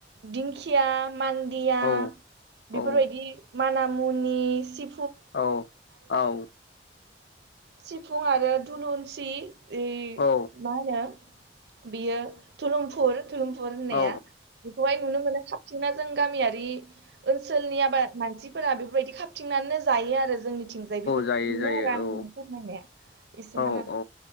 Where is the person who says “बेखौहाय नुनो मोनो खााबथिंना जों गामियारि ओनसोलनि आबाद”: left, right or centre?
Right